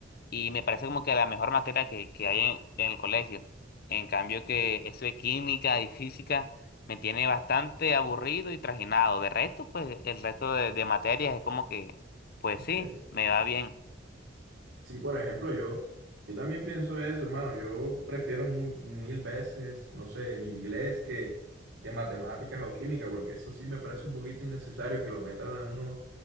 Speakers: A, on the left; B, on the right.
A: y me parece como que la mejor materia que, que hay en, en el colegio. En cambio que eso de química y física me tiene bastante aburrido y trajinado. De resto, pues el resto de, de materias es como que, pues sí,
B: Debes.
A: me va bien.
B: Sí, por ejemplo, yo, yo también pienso eso, hermano. Yo prefiero mu- mil veces, no sé, inglés que, que matemáticas o química, porque eso sí me parece un poquito innecesario que lo metan a uno